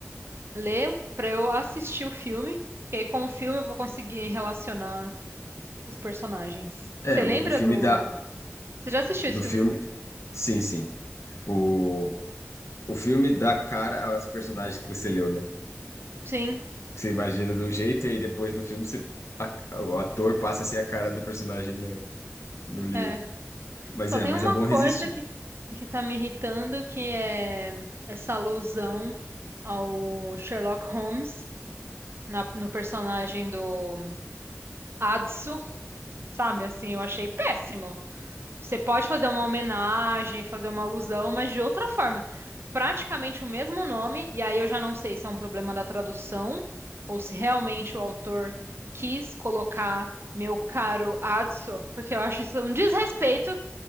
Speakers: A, on the right (about 55°); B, on the left (about 70°).
A: ler pra eu assistir o filme, porque aí com o filme eu vou conseguir relacionar os personagens. Você
B: É, o,
A: lembra
B: o filme
A: do.
B: dá
A: Você já assistiu
B: Do
A: esse filme,
B: filme?
A: né?
B: Sim, sim. O, o filme dá cara aos personagens que você leu, né?
A: Sim,
B: Você imagina de um jeito e aí depois do filme você, a- o ator passa a ser a cara do personagem no, no livro.
A: é.
B: Mas
A: Só
B: é,
A: tem
B: mas
A: uma
B: é bom
A: coisa
B: resistir.
A: que, que tá me irritando, que é essa alusão ao Sherlock Holmes na- no personagem do Adso, sabe? Assim, eu achei péssimo. Você pode fazer uma homenagem, fazer uma alusão, mas de outra forma. Praticamente o mesmo nome, e aí eu já não sei se é um problema da tradução ou se realmente o autor quis colocar meu caro Adso, porque eu acho isso um desrespeito